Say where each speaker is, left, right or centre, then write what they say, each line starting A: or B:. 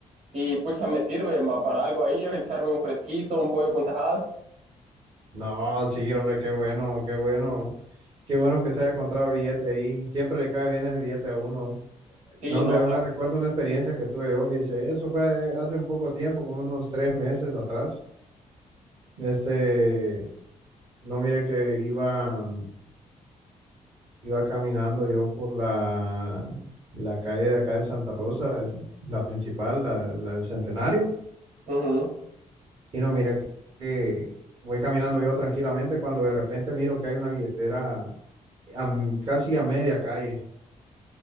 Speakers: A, on the right; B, on the right.
A: y pucha, me sirve, va, para algo ahí, echarme un fresquito, un pollo con tajadas.
B: No, sí, hombre, qué bueno, qué bueno. Qué bueno que se haya encontrado billete ahí. Siempre le cae bien ese billete a uno.
A: Sí,
B: No,
A: no,
B: me, me recuerdo una experiencia que tuve yo, fíjese. Eso fue hace un poco tiempo, como unos tres meses atrás. Este, no, mire que iba, iba caminando yo por la, la calle de acá de Santa Rosa, el- la principal, la la del Centenario.
A: la- ujú,
B: Y no, mira que voy caminando yo tranquilamente cuando de repente miro que hay una billetera a m- casi a media calle.